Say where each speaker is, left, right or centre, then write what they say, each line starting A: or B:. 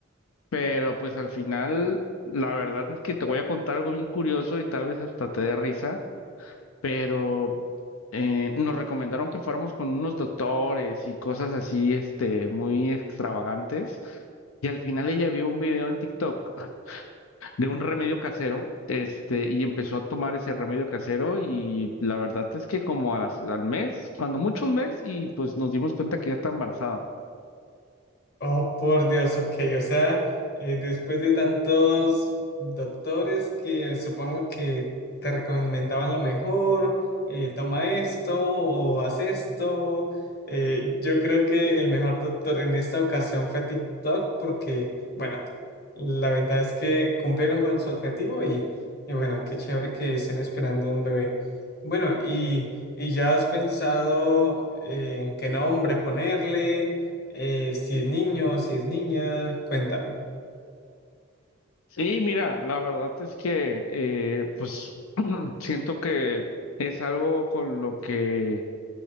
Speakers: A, on the left (about 80°); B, on the left (about 50°).
A: Pero pues al final, la verdad es que te voy a contar algo bien curioso y tal vez hasta te dé risa pero eh, nos recomendaron que fuéramos con unos doctores y cosas así, este, muy extravagantes. Y al final ella vio un video en TikTok <laughs> de un remedio casero, este, y empezó a tomar ese remedio casero y la verdad es que como a las- al mes, cuando mucho un mes, y pues nos dimos cuenta que ya está embarazada.
B: Oh, por Dios, ok, o sea, eh, después de tantos doctores que supongo que te recomendaban lo mejor, eh, toma esto o haz esto, eh, yo creo que el mejor doctor en esta ocasión fue TikTok porque, bueno, la verdad es que cumplieron con su objetivo y, y bueno, qué chévere que estén esperando un bebé. Bueno, y, y ya has pensado eh, en qué nombre ponerle. Eh, si es niño, si es niña, cuéntame. <laughs>
A: Sí, mira, la verdad es que eh, pues <clears throat> siento que es algo con lo que